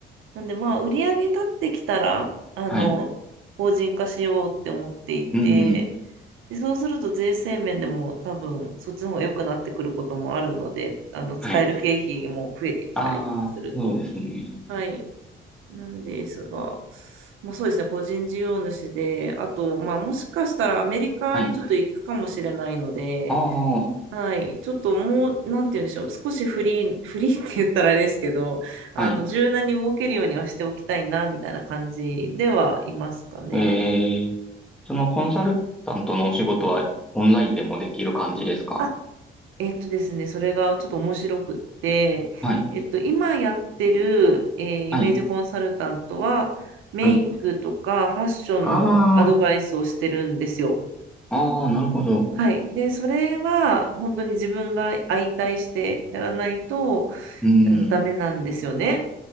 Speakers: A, on the right; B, in the centre.
A: なんでまあ売り上げ立ってきたらあの
B: はい。
A: 法人化しようって思っていて
B: うん。
A: でそうすると税制面でも多分そっちの方が良くなってくることもあるのであの使える経費も増えてきたりとかすると
B: はい。ああ、そうですね。
A: はいなんですが、まあ、そうですね個人事業主であとまあもしかしたらアメリカにちょっと行くかもしれないので
B: はい。ああ、
A: はい。ちょっともう、なんて言うんでしょう。少しフリー、<laughs> フリーって言ったらあれですけど、あの、
B: はい。
A: 柔軟に動けるようにはしておきたいな、みたいな感じではいますかね。
B: ええ、そのコンサルタントのお仕事はオンラインでもできる感じですか
A: あ、えっとですね、それがちょっと面白くって、
B: はい。
A: えっと、今やってる、えーイメージコンサルタントは、
B: はい。
A: メイクとかファッションのアドバイスをしてるんですよ。
B: はい。ああ、ああ、なるほど。
A: はい。で、それは本当に自分が相対してやらないと、
B: うん、
A: あの、ダメなんですよね。